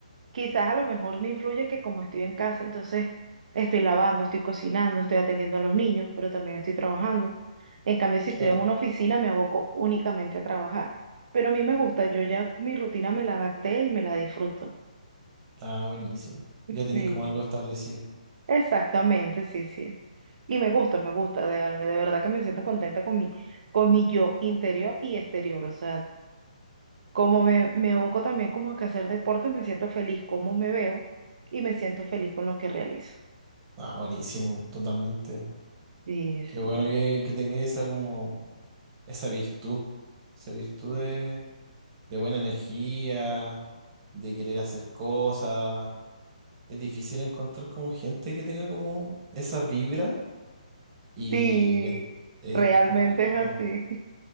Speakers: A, on the right; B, on the right.
A: Quizás a lo mejor me influye que como estoy en casa, entonces estoy lavando, estoy cocinando, estoy atendiendo a los niños, pero también estoy trabajando. En cambio, si estoy
B: claro.
A: en una oficina, me aboco únicamente a trabajar. Pero a mí me gusta, yo ya mi rutina me la adapté y me la disfruto.
B: Ah, buenísimo. Ya tenéis
A: Sí,
B: como algo establecido.
A: exactamente, sí, sí. Y me gusta, me gusta, de, de verdad que me siento contenta con mi, con mi yo interior y exterior. O sea, como me, me aboco también como que a hacer deporte, me siento feliz como me veo y me siento feliz con lo que realizo.
B: Ah, buenísimo, totalmente.
A: Sí,
B: Qué
A: sí.
B: bueno que, que tengáis esa como, esa virtud, esa virtud de, de buena energía, de querer hacer cosas. Es difícil encontrar como gente que tenga como esa vibra Y
A: Sí,
B: es, es,
A: realmente
B: es complicado.
A: es así.